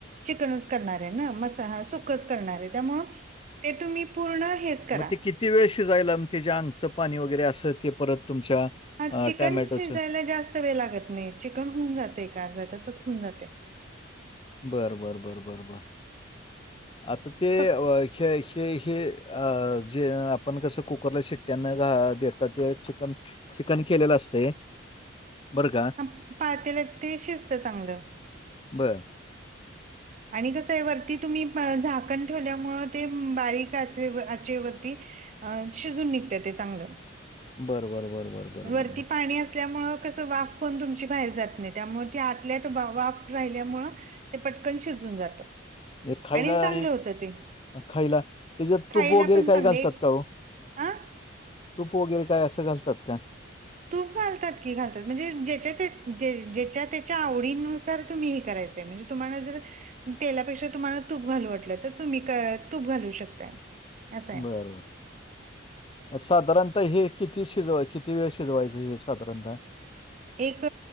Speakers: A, on the right; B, on the left.
A: चिकनच करणार आहे ना मसा ह सुकच करणार आहे त्यामु ते तुम्ही पूर्ण हेच करा
B: मग ते किती वेळ शिजायला म तेज्या अंगचं पाणी वगैरे असं ते परत तुमच्या
A: हा
B: अ,
A: चिकन
B: टोमॅटोचं
A: शिजायला जास्त वेळ लागत नाही चिकन होऊन जाते अर्धा तसच होऊन जाते.
B: बरं बरं बरं बरं बरं. आता ते
A: फक्त
B: <unintelligible> ह अ जे आपण कसं कुकरला शिट्ट्यांना घ देतात ते चिकन चिकन केलेलं असतय बर का.
A: हा पातेल्यात ते शिजतं चांगलं.
B: बरं.
A: आणि कसं आहे वरती तुम्ही झाकण ठेवल्यामु ते बारीक आचे आचेवरती अ शिजून निघत ते चांगलं
B: बरं, बरं, बरं, बरं, बरं,
A: वरती
B: बरं, बरं.
A: पाणी असल्यामुळे कस वाफ पण तुमची बाहेर जात नाही त्यामुळे त आतल्या तर वाफ राहिल्यामुळ. ते पटकन शिजून जातं.
B: हे खायला
A: आणि चांगलं
B: एक
A: होत ते.
B: खायला त्याच्यात
A: खायला
B: तूप वगैरे
A: पण
B: काय
A: चांगले
B: घालतात
A: एक
B: का हो?
A: हा.
B: तूप वगैरे काय असं घालतात का?
A: तूप घालतात की, घालतात. म्हणजे ज्याच्या ज्याच्या त्याच्या आवडीनुसार तुम्ही हे करायच. म्हणजे तुम्हाला जर, तेलापेक्षा तुम्हाला तूप घालू वाटलं तर, तुम्ही का तूप घालू शकताय. असं आहे
B: बरं बर. साधारणतः हे किती शिजवाय किती वेळ शिजवायचं हे साधारणत?
A: एक